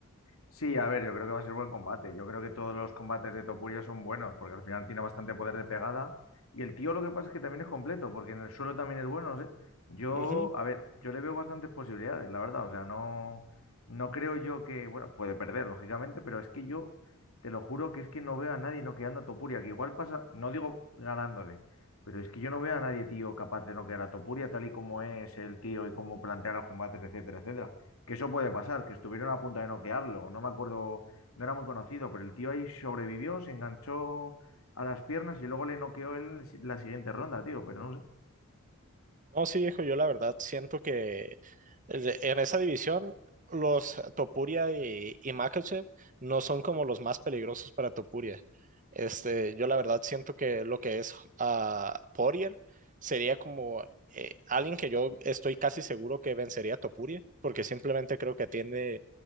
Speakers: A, on the left; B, on the right.
A: Sí, a ver, yo creo que va a ser buen combate. Yo creo que todos los combates de Topuria son buenos, porque al final tiene bastante poder de pegada. Y el tío lo que pasa es que también es completo, porque en el suelo también es bueno. no sé. Yo,
B: Ujú.
A: a ver, yo le veo bastantes posibilidades, la verdad. O sea, no, no creo yo que, bueno, puede perder, lógicamente, pero es que yo te lo juro que es que no veo a nadie noqueando a Topuria, que igual pasa, no digo ganándole, pero es que yo no veo a nadie, tío, capaz de noquear a Topuria tal y como es el tío y cómo plantea los combates, etcétera, etcétera que eso puede pasar, que estuvieron a punto de noquearlo. No me acuerdo, no era muy conocido, pero el tío ahí sobrevivió, se enganchó a las piernas y luego le noqueó él la siguiente ronda, tío, pero no sé.
B: No, sí, viejo, yo la verdad siento que de- en esa división los Topuria y, y Makachev no son como los más peligrosos para Topuria. Este, yo la verdad siento que lo que es ah, Poirier sería como eh, alguien que yo estoy casi seguro que vencería a Topuria, porque simplemente creo que tiene